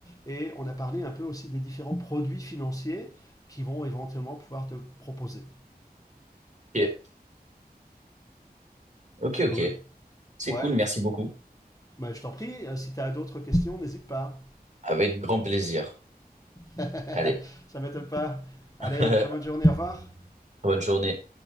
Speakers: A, on the left (about 20°); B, on the right (about 50°).
A: Et on a parlé un peu aussi des différents produits financiers qui vont éventuellement pouvoir te proposer.
B: Ok. Ok,
A: C'est
B: ok.
A: cool.
B: C'est
A: Ouais.
B: cool. Merci beaucoup.
A: Mais je t'en prie, euh, si tu as d'autres questions, n'hésite pas.
B: Avec grand plaisir.
A: <laughs>
B: Allez.
A: Ça m'étonne pas. Allez,
B: <laughs>
A: très bonne journée, au revoir.
B: Bonne journée.